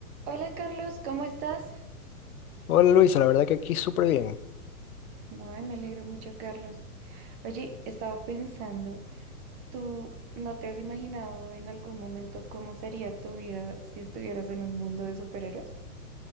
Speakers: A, on the right; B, on the left.
A: Hola Carlos, ¿cómo estás?
B: Hola Luisa, la verdad que aquí súper bien.
A: No, me alegro mucho, Carlos. Oye, estaba pensando, ¿tú no te has imaginado en algún momento cómo sería tu vida si estuvieras en un mundo de superhéroes?